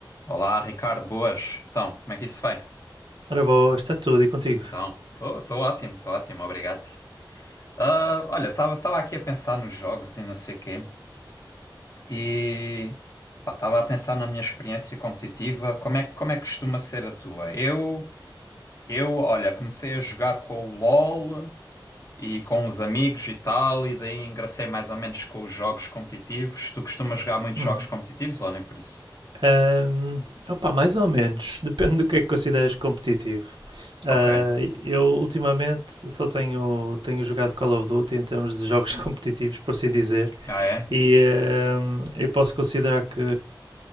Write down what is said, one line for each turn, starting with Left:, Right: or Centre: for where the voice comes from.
Left: Olá, Ricardo, boas. Então, como é que isso vai?
Right: Ora boa, está tudo e contigo?
Left: Então, estou ótimo, estou ótimo, obrigado. Ah, olha, estava estava aqui a pensar nos jogos e não sei quê, e estava a pensar na minha experiência competitiva, como é, que- como é que costuma ser a tua? Eu, eu, olha, comecei a jogar com o LOL e com os amigos e tal, e daí engracei mais ou menos com os jogos competitivos. Tu costumas jogar muitos
Right: Uhum.
Left: jogos competitivos ou nem por isso?
Right: Ahm, opa, mais ou menos, <laughs> depende do que é que consideras competitivo. Ah,
Left: Ok.
Right: eu ultimamente só tenho, tenho jogado Call of Duty em termos de jogos <laughs> competitivos, por assim dizer,
Left: Ah, é?
Right: e ahm, eu posso considerar que